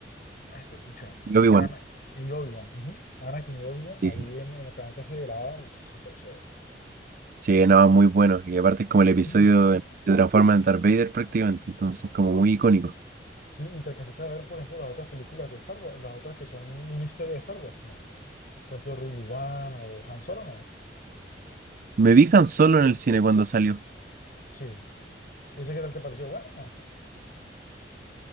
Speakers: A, on the left; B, on the right.
A: Ay, qué pucha.
B: Yo vi bueno.
A: Ana- y Obi-Wan. ujú. Anakin y Obi-Wan,
B: Sí,
A: ahí en, en el planeta ese de lava, es súper chévere.
B: sí, no, muy bueno. Y aparte es como el episodio
A: <clears throat>
B: en- que se transforma en Darth Vader prácticamente, entonces como muy icónico.
A: Sí, y te alcanzaste a ver, por ejemplo, las otras películas de Star Wars, las otras que son una historia de Star Wars, ¿no? Por ejemplo, Ruby One o Han Solo, ¿no?
B: Me vi Han Solo en el cine cuando salió.
A: Sí. ¿Y ese qué tal te pareció? ¿Buena, o